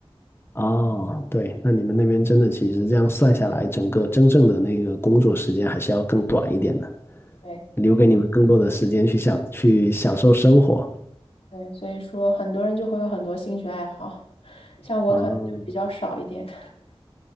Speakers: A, on the left (about 25°); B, on the left (about 85°).
A: 哦，对，那你们那边真的其实这样算下来，整个真正的那个工作时间还是要更短一点的，
B: 对
A: 留给你们更多的时间去享去享受生活。
B: 对，所以说很多人就会有很多兴趣爱好，像我可能就比较少一点，
A: 啊。
B: <laughs>